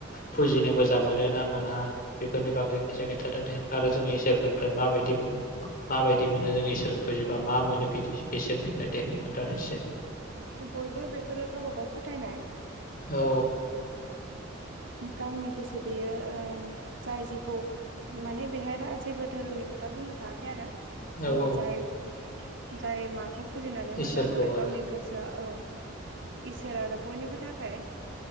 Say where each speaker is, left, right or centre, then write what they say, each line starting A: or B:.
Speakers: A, on the left; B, on the right.
A: फुजिनो मोजां मोनो ना मोना बेफोरनि बागै खोनसे खोनथादो दे आरो जोङो इसोरफोरनिफ्राय माबायदि माबायदि मोनो जों इसोर फुजिबा मा मोनो बिदि बिसोरनिफ्राय दे खोनथा दो एसे
B: बयबो बेफोरो गावबा गाव फोथायनाय
A: औ
B: गावनि गोसो बेयो ओ जाय जेखौ माने बेहाय जेबो धोरोमनि खोथा बुंनो थायाखै आरो जि
A: औ औ
B: जाय जाय माखौ फुजिनानै
A: इसोरखौ
B: मोजां मोनो
A: आरो
B: गावनि गोसोआ औ इसोर आरो बयनिबो थाखाय